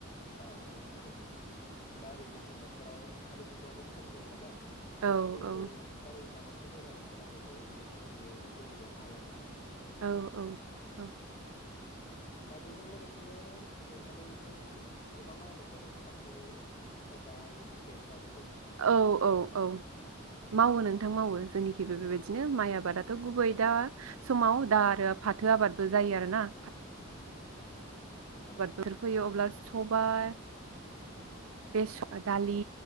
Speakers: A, on the left; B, on the right.
A: औ औ हो हो दा ओरै मेसें बोथोराव अखानि बिबाङाबो खम जायो नालाय
B: औ
A: दैखौ
B: औ
A: गावबा गाव जगायना होनांगौ जायो बेनिखायनो बेयो जोलैया आलादा आरो
B: औ औ औ
A: उम दा बेजों लोगोसेनो नोंथांमोनथिं आरो मा मा आबाद मावो फाथो सबाय बेसर बे
B: औ औ औ मावो नोंथां मावो जोंनि बेबो बेबायदिनो माइ आबादाथ' गुबै दा समाव दा आरो फाथो आबादबो जायो आरो ना
A: अ
B: बाद
A: आदसा
B: थोर फैयो अब्ला हबाइ बेस दालि